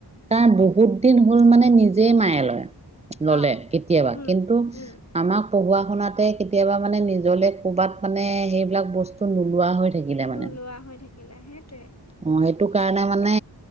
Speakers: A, on the right; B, on the left.
A: তাৰ বহুত দিন হ'ল মানে, নিজেই মায়ে লয়,
B: অ',
A: ল'লে কেতিয়াবা,
B: উম,
A: কিন্তু
B: উম,
A: আমাক পঢ়োৱা শুনাতে কেতিয়াবা মানে, নিজলে কৰ'বাত মানে সেইবিলাক বস্তু নোলোৱা হৈ থাকিলে মানে
B: নোলোৱা হৈ থাকিলে সেইটোৱে।
A: অ', সেইটো কাৰণে, মানে